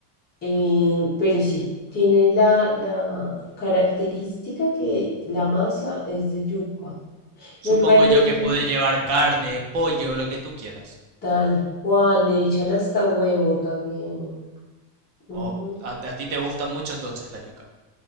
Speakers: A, on the left (about 20°); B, on the right (about 65°).
A: eh, pero sí, tiene la, la característica que la masa es de yuca.
B: Supongo
A: Normalmente,
B: yo que puede llevar carne, pollo, lo que tú quieras.
A: tal cual, le echan hasta huevo también. Ujú.
B: Oh, a, a ti te gusta mucho entonces la yuca.